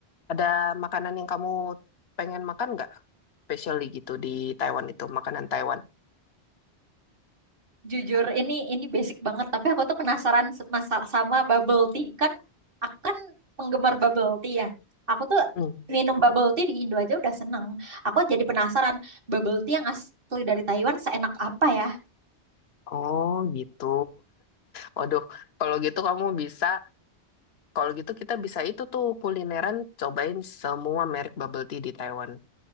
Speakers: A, on the left; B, on the right.
A: ada makanan yang kamu pengen makan nggak? Especially gitu di Taiwan itu, makanan Taiwan.
B: Jujur, ini ini basic banget, tapi aku tuh penasaran se- masa- sama bubble tea. Kan aku kan penggemar bubble tea ya. Aku tuh
A: Hmm.
B: minum bubble tea di Indo aja udah seneng. Aku jadi penasaran bubble tea yang asli dari Taiwan seenak apa ya?
A: Oh gitu. Waduh, kalau gitu kamu bisa, kalau gitu kita bisa itu tuh kulineran cobain semua merek bubble tea di Taiwan.